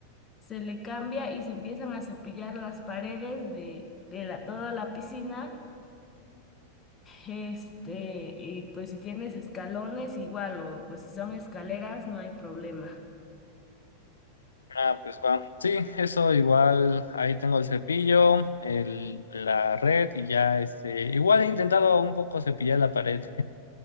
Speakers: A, on the left; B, on the left.
A: se le cambia y se empiezan a cepillar las paredes de, de la, toda la piscina. Este, y pues si tienes escalones, igual, o pues si son escaleras, no hay problema.
B: Ah, pues va. Sí, eso igual, ahí tengo el cepillo, el, la red y ya, este, igual he intentado un poco cepillar la pared.